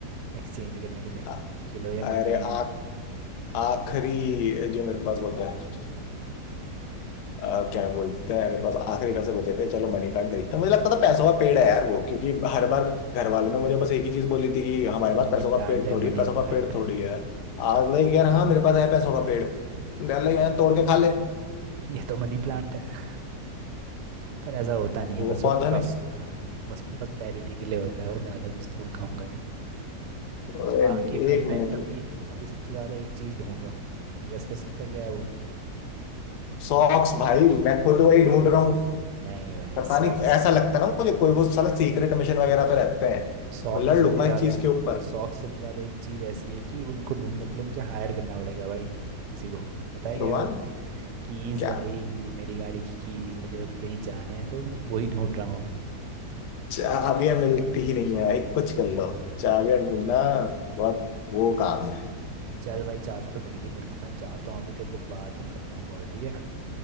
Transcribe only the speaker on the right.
एक्सचेंज करने के लिए
कि लो ये
मनी है
मनी
प्लांट
है
मनी
प्लांट
है
ये तो मनी प्लांट है पर ऐसा होता नहीं है
बस
वो प्रोस
हाँ बस प्रॉस्पेरिटी के लिए होता है वो ज़्यादा कुछ तो मैं कहूँगा नहीं
बाकी
भाई
मैं
अभी अभी सबसे ज़्यादा एक चीज़ ढूंढ रहा हूँ तो गैस कर सकता है क्या है वो
नहीं भाई
सॉक्स
सॉक्स
से भी ज़्यादा
सॉक्स से भी ज़्यादा एक चीज़ ऐसी है कि उनको ढूंढने के लिए मुझे हायर करना पड़ेगा भाई किसी को पता है क्या
है वो कीज
भाई मेरी गाड़ी की कीज मुझे अभी कहीं जाना है तो वही ढूंढ रहा हूँ मैं
चल भाई चाबी तो मिल गई मेरे को मैं जाता हूँ अभी तेरे को बाद में करता हूँ कॉल ठीक है